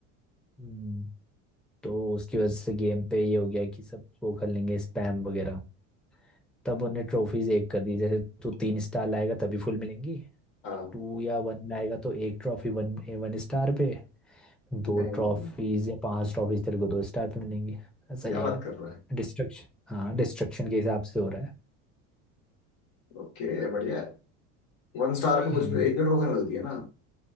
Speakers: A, in the centre; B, on the left.
A: हम्म, तो उसकी वजह से गेम पे ये हो गया कि सब वो कर लेंगे स्पैम वगैरह तब उन्हें ट्रॉफीज एक कर दी जैसे तू तीन स्टार लाएगा तभी फुल मिलेंगी
B: हाँ
A: टू या वन लाएगा तो एक ट्रॉफी वन वन स्टार पे दो
B: नहीं
A: ट्रॉफीज या पांच ट्रॉफीज तेरे को दो स्टार पे मिलेंगी ऐसा
B: क्या
A: ही
B: बात
A: है
B: कर रहा है
A: डिस्ट्रक्शन हाँ डिस्ट्रक्शन के हिसाब से हो रहा है
B: ओके बढ़िया है वन स्टार पे
A: हम्म,
B: कुछ भी एक डेढ़ रोकने होती है ना